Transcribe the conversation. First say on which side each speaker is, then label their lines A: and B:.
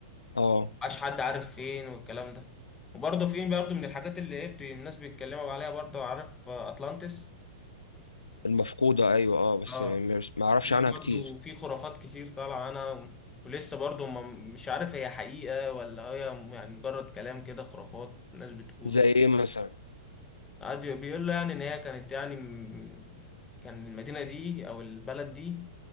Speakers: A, on the left (about 80°); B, on the left (about 20°).
A: اه
B: مبقاش حد عارف فين والكلام ده وبرضه في برضه من الحاجات اللي ايه بت- الناس بيتكلموا عليها برضه عارف آه، أطلانتس
A: المفقودة أيوه اه بس
B: اه
A: مش- ما أعرفش
B: في
A: عنها
B: برضو
A: كتير
B: في خرافات كتير طالعة انا ولسه برضو ما مش عارف هي حقيقة ولا هي يعني مجرد كلام كده خرافات ناس بتقوله
A: زي إيه مثلا
B: قعد بيقول له يعني ان هي كانت يعني م- كان المدينة دي او البلد دي